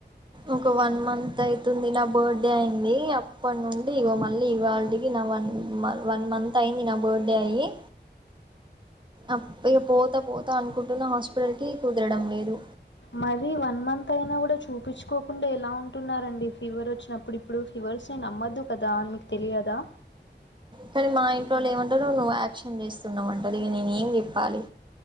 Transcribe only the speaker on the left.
మరీ వన్ మంత్ అయినా గూడ చూపించుకోకుండా ఎలా ఉంటున్నారండి ఫీవర్ వచ్చినప్పుడు ఇప్ ఇప్పుడు ఫివర్స్ ని నమ్మొదు కదా అని మీకు తెలియదా